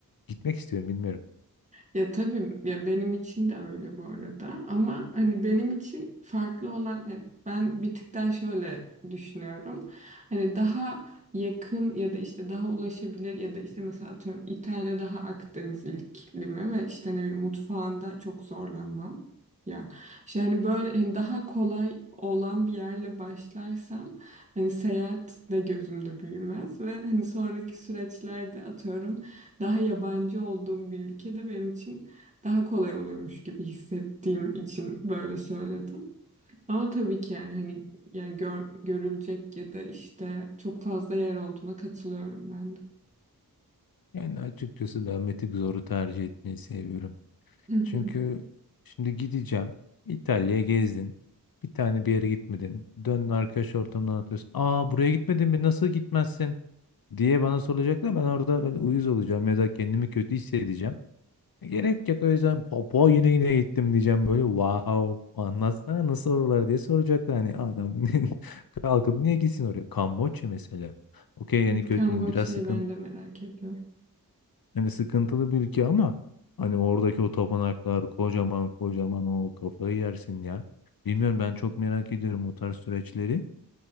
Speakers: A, on the left; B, on the right.
A: gitmek istiyorum bilmiyorum.
B: Ya tabii ya benim için de öyle bu arada ama hani benim için farklı olan ya ben bir tık daha şöyle düşünüyorum. Hani daha yakın ya da işte daha ulaşabilir ya da işte mesela atıyorum İtalya daha Akdeniz iklimi ve işte ne bileyim mutfağında çok zorlanmam. Ya işte hani böyle hani daha kolay olan bir yerle başlarsam hani seyahat de gözümde büyümez ve hani sonraki süreçlerde atıyorum daha yabancı olduğum bir ülkede benim için daha kolay olurmuş gibi hissettiğim için böyle söyledim. Ama tabii ki yani hani yani gör- görülecek ya da işte çok fazla yer olduğuna katılıyorum ben de.
A: Yani açıkçası ben Meteor Zor'u tercih etmeyi seviyorum.
B: <laughs>
A: Çünkü şimdi gideceğim. İtalya'ya gezdin. Bir tane bir yere gitmedin. Dön arkadaş ortamından atıyorsun. Aa buraya gitmedin mi? Nasıl gitmezsin? diye bana soracaklar. Ben orada böyle uyuz olacağım ya da kendimi kötü hissedeceğim. E, Gerek yok o yüzden Papua yine yine gittim diyeceğim böyle wow anlatsana nasıl oralar diye soracaklar hani adam <laughs> kalkıp niye gitsin oraya Kamboçya mesela okey yani
B: Evet,
A: kötü
B: Kamboçya'yı
A: biraz sıkıntı
B: ben de merak ediyorum.
A: Hani sıkıntılı bir ülke ama hani oradaki o tapınaklar kocaman kocaman o kafayı yersin ya. Bilmiyorum ben çok merak ediyorum o tarz süreçleri.